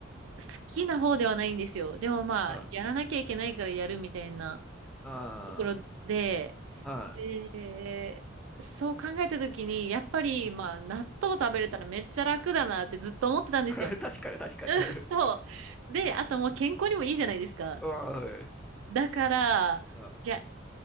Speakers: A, on the right; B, in the centre.
A: 好きな方ではないんですよ。
B: い。うん。
A: でもまあ、
B: はい。
A: やらなきゃいけないからやるみたいな
B: あ
A: ところで、
B: あ。は
A: えーそう考えた時に、やっぱりまあ納豆食べれたらめっちゃ楽だなってずっと思ってたんですよ。
B: い。うん <laughs> 確かに確かに。
A: <laughs>
B: <laughs>
A: そう。で、あともう健康にもいいじゃないですか。
B: はい。
A: だから、
B: はい。
A: いや、